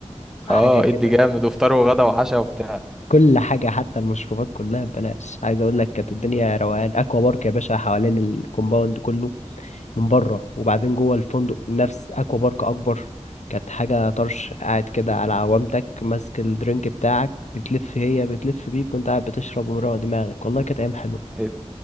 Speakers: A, on the left (about 75°); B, in the centre.
A: حاجة
B: اه
A: كده
B: ادي جامد وفطار وغدا وعشاء وبتاع
A: كل حاجة حتى المشروبات كلها ببلاش عايز أقول لك كانت الدنيا روقان أكوا بارك يا باشا حوالين الكومباوند كله من بره وبعدين جوه الفندق نفس اكوا بارك اكبر كانت حاجه طرش قاعد كده على عوامتك ماسك الدرينك بتاعك بتلف هي بتلف بيك وانت قاعد بتشرب ومروق دماغك والله كانت ايام حلوه
B: إد-